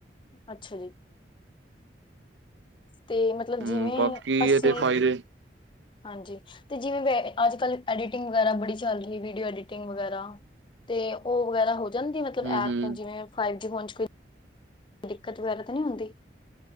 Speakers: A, on the left (about 25°); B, on the right (about 85°).
A: ਅੱਛਾ ਜੀ। ਤੇ ਮਤਲਬ
B: ਹੂੰ
A: ਜਿਵੇਂ
B: ਬਾਕੀ
A: ਅਸੀ,
B: ਇਹਦੇ ਫਾਇਦੇ
A: ਹਾਂਜੀ ਤੇ ਜਿਵੇਂ ਅੱਜਕੱਲ ਐਡੀਟਿੰਗ ਵਗੈਰਾ ਬੜੀ ਚੱਲ ਰਹੀ ਵੀਡੀਓ ਐਡੀਟਿੰਗ ਵਗੈਰਾ, ਤੇ ਉਹ ਵਗੈਰਾ ਹੋ ਜਾਂਦੀ ਮਤਲਬ
B: ਹੂੰ
A: ਐਪ
B: ਹੂੰ
A: ਤੋਂ ਜਿਵੇਂ ਫਾਈਵ <unintelligible> ਦਿੱਕਤ ਵਗੈਰਾ ਤੇ ਨੀ ਹੁੰਦੀ।